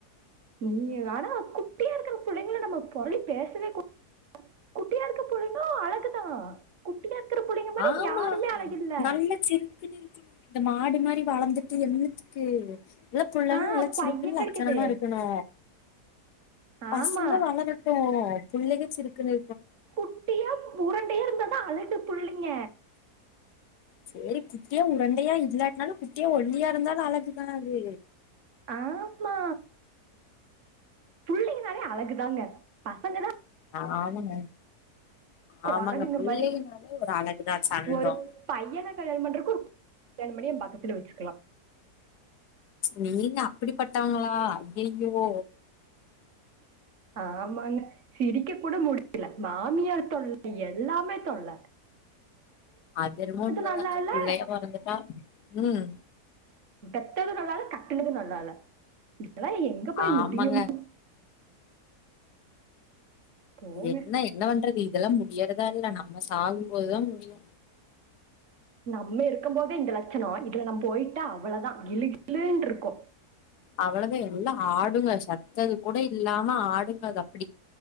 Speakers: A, on the right (about 50°); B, on the left (about 80°).
A: நீ ஆனா குட்டியா இருக்கிற புள்ளைங்கள நம்ம பொறளி பேசவே கூ குட்டியா இருக்க புள்ளைங்கோ அழகுதா குட்டியா இருக்கிற பிள்ளைங்க மாதிரி
B: ஆமா
A: யாருமே அழகில்ல
B: நல்ல சிருக்குனு இருக்குனு இந்த மாடு மாரி வளந்துட்டு என்னத்துக்கு இல்ல புள்ள
A: ஆஹ்
B: நல்ல சிருக்குனு
A: பையன்
B: லட்சணமா
A: கிடைக்குது
B: இருக்கனு பசங்க
A: ஆமா
B: வளரட்டு புள்ளைங்க சிருக்குனு
A: குட்டியா உருண்டையா இருந்தாதா அழகு புள்ளைங்க
B: செரி குட்டியா உரண்டையா இல்லாட்னாலு குட்டியா ஒல்லியா இருந்தாலு அழகுதா அது
A: ஆமா புள்ளைங்கனாலே அழகுதாங்க பசங்க தா
B: ஆமாங்க
A: கொரங்குங்க
B: ஆமாங்க புள்ளைங்கனாலே
A: மாரி
B: ஒரு அழகுதா சந்தோ
A: ஒரு பையன கல்யாண பண்றக்கு வேனுமனியு எ பக்கத்துல வெச்சுக்லா
B: நீங்க அப்டி பட்டவங்ளா ஐயயோ
A: ஆமாங்க சிரிக்க கூட முடியில மாமியார் தொல்ல எல்லாமே தொல்ல
B: அதென்னமோ உண்ம
A: நல்லா
B: தாங்க
A: இல்ல
B: புள்ளையா பொறந்துட்டா ம்
A: பெத்தது நல்லால்ல கட்டினது நல்லால்ல இதெல்லா எங்க போய்
B: ஆமாங்க
A: முடியுமோ போங்க
B: என்ன என்ன பண்றது இதெல்லா முடியறதா இல்ல நம்ம சாகுபோது தா முடியு
A: நம்ம இருக்க போதே இந்த லட்சணோ இதுல நம் போயிட்டா அவ்ளதா கிழு கிழுன்ட்டுருக்கு
B: அவ்ளதா எல்லா ஆடுங்க செத்தது கூட இல்லாம ஆடுங்க அது அப்டி